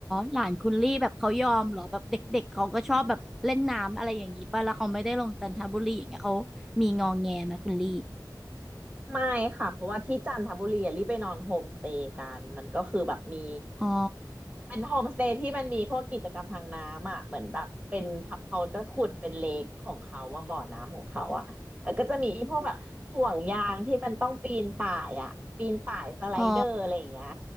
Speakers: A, in the centre; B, on the right.
A: หลานคุณลี่แบบเขายอมเหรอแบบเด็กๆเขาก็ชอบแบบเล่นน้ำอะไรอย่างนี้ป่ะแล้วเขาไม่ได้ลงจันทบุรีอย่างเงี้ยเขามีงอแงไหมคุณลี่
B: ไม่ค่ะเพราะว่าที่จันทบุรีอะรีบไปนอนโฮมสเตย์กันมันก็คือแบบมี
A: อ๋อ
B: เป็นโฮมสเตย์ที่มันมีพวกกิจกรรมทางน้ำอ่ะเหมือนแบบเป็นเขาจะขุดเป็นเลคของเขาว่าบ่อน้ำของเขาอ่ะแล้วก็จะมีพวกแบบห่วงยางที่มันต้องปีนป่ายอ่ะปีนป่ายสไลเดอร์อะไรอย่างเงี้ย
A: อ๋อ